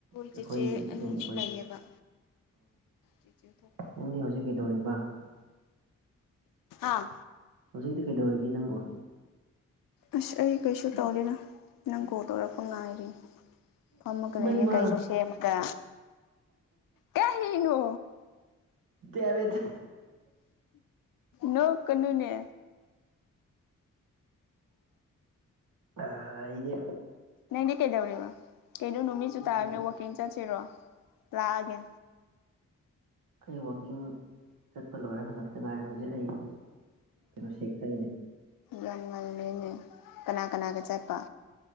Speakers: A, on the right (about 90°); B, on the left (about 80°).
A: ꯑꯩꯈꯣꯏ
B: ꯆꯦꯆꯦ
A: ꯑꯗꯨꯝ
B: ꯑꯅꯤꯁꯨ
A: ꯑꯩꯈꯣꯏ
B: ꯂꯩꯌꯦꯕ ꯆꯦꯆꯦ ꯊꯣꯛꯄ
A: ꯅꯪꯗꯤ ꯍꯧꯖꯤꯛ ꯀꯩꯗꯧꯔꯤꯕ ꯝ
B: ꯑꯥ
A: ꯍꯧꯖꯤꯛꯇꯤ ꯀꯩꯗꯧꯔꯒꯦ ꯅꯪꯕꯨ
B: ꯑꯁ ꯑꯩ ꯀꯩꯁꯨ ꯇꯧꯔꯤꯅ ꯅꯪ ꯀꯣꯜ ꯇꯧꯔꯛꯄ ꯉꯥꯏꯔꯤꯅꯦ ꯐꯝꯃꯒ ꯂꯩꯅꯦ
A: ꯃꯩꯃ
B: ꯀꯩꯅꯣ ꯁꯦꯝꯃꯒ ꯀꯔꯤꯅꯣ
A: ꯇꯕꯗꯤ
B: ꯅꯣ ꯀꯩꯅꯨꯅꯦ
A: ꯑ ꯏꯦ
B: ꯅꯪꯗꯤ ꯀꯩꯗꯧꯔꯤꯕ ꯀꯩꯩꯅꯣ ꯅꯨꯃꯤꯠꯁꯨ
A: ꯑꯩꯗꯤ
B: ꯇꯥꯒꯦ ꯋꯥꯛꯀꯤꯡ ꯆꯠꯁꯤꯔꯣ ꯂꯥꯛꯑꯒꯦ
A: ꯀꯕ ꯀꯛꯆꯤꯡ ꯆꯠꯄ ꯂꯣꯏꯔ ꯍꯜꯂꯛꯇ ꯉꯥꯏꯔ ꯍꯧꯖꯤꯛ ꯑꯩ ꯀꯩꯅꯣ ꯁꯦꯛꯊꯛꯏꯅꯦ
B: ꯌ ꯉꯜꯅꯦ ꯀꯅꯥ ꯀꯅꯥꯒ ꯆꯠꯄ